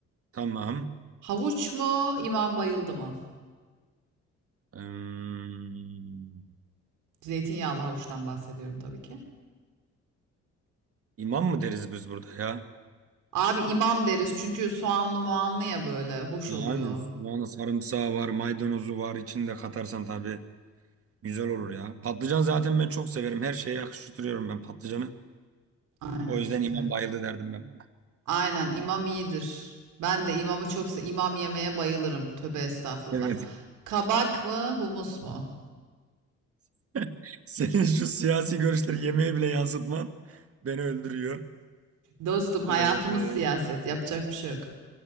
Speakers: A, on the right; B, on the right.
A: Tamam.
B: Havuç mu? İmam bayıldı mı?
A: Ee,
B: Zeytinyağlı havuçtan bahsediyorum tabii ki.
A: imam mı deriz biz burada ya?
B: Abi imam deriz çünkü soğanlı muanlı ya böyle. Hoş
A: Yani
B: oluyor.
A: soğanı sarımsağı var, maydanozu var. içinde katarsan tabii güzel olur ya. Patlıcan zaten ben çok severim. Her şeye yakıştırıyorum ben patlıcanı.
B: Aynen
A: O yüzden
B: süper.
A: imam bayıldı derdim ben.
B: Aynen imam iyidir. Ben de imamı çok se imam yemeye bayılırım. Tövbe estağfurullah.
A: Evet.
B: Kabak mı humus mu?
A: <laughs> Senin şu siyasi görüşleri yemeğe bile yansıtman beni öldürüyor.
B: Dostum hayatımız
A: Ee,
B: siyaset. Yapacak bir şey yok.